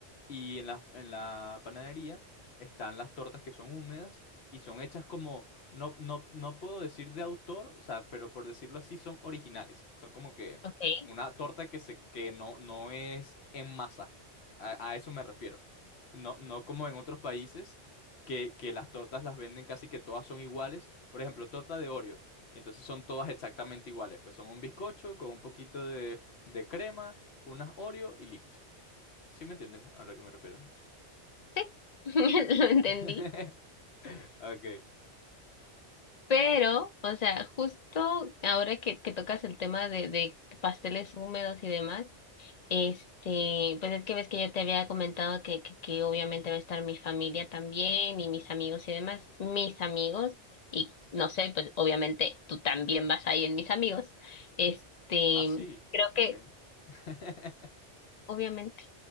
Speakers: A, on the left; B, on the left.
A: Y en la, en la panadería están las tortas que son húmedas y son hechas como, no, no, no puedo decir de autor, o sea, pero por decirlo así, son originales. Son como que
B: Ok,
A: una torta que, se, que no, no es en masa. A, a eso me refiero. No, no como en otros países que, que las tortas las venden casi que todas son iguales. Por ejemplo, torta de Oreo. Entonces son todas exactamente iguales. Pues son un bizcocho con un poquito de, de crema, unas Oreo y listo. ¿Sí me entiendes a lo que me refiero?
B: sí, <laughs> lo entendí.
A: <laughs> Ok.
B: Pero, o sea, justo ahora que, que tocas el tema de, de pasteles húmedos y demás, este, pues es que ves que yo te había comentado que, que, que obviamente va a estar mi familia también y mis amigos y demás, mis amigos, y no sé, pues obviamente tú también vas ahí en mis amigos. Este,
A: Ah, sí.
B: creo
A: Ok.
B: que,
A: <laughs>
B: obviamente,